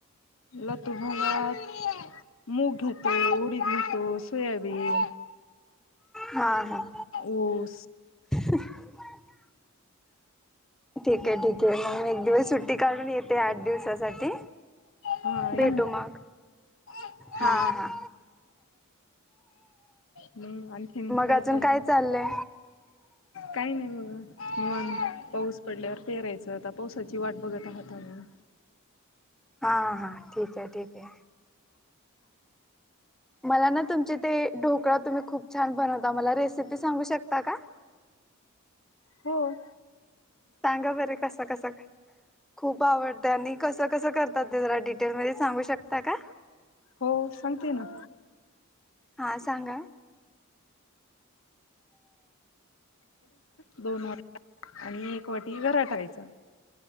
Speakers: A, on the left (about 65°); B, in the centre.
A: लातू भागात मूग घेतो, उडीद घेतो, सोयाबीन
B: हा ह
A: ऊस
B: <inaudible> ठीक आहे ठीके आहे मग मी एक दिवस सुट्टी काढून येते आठ दिवसासाठी.
A: हा
B: भेटू
A: या ना.
B: मग
A: हो.
B: हा हा.
A: मग आणखीन
B: मग
A: काय
B: अजून
A: चालले?
B: चाललंय
A: काही नाही बघा निवांत. पाऊस पडल्यावर पेरायचं, आता पावसाची वाट बघत आहात आम्ही.
B: हा हा हा ठीक आहे ठीक आहे मला ना तुमचे ते ढोकळा तुम्ही खूप छान बनवता मला रेसिपी सांगू शकता का? <inaudible>
A: होम
B: सांगा बर कसा कसा काय खूप आवडत आणि कसं कसं करतात ते जरा डिटेलमध्येध्ये सांगू शकता का
A: हो सांगते ना
B: हा सांगा
A: दोन वाट आणि एक वाटी घराटायचा